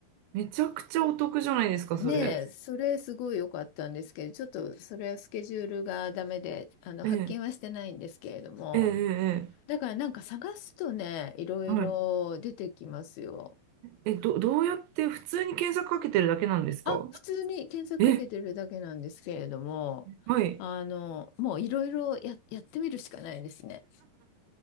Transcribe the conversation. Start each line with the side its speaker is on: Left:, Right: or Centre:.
Right: めちゃくちゃお得じゃないですか、それ。
Left: ねえ、それすごい良かったんですけど、ちょっとそれはスケジュールがダメで、あの、
Right: ええ、
Left: 発見はしてないんですけれども、
Right: ええ、ええ、
Left: だからなんか探すとね、いろいろ出てきますよ。
Right: はい。え、ど、どうやって普通に検索かけてるだけなんですか
Left: あ、普通に検索かけてるだけなんですけれども、
Right: え、はい。
Left: あの、もういろいろや、やってみるしかないですね。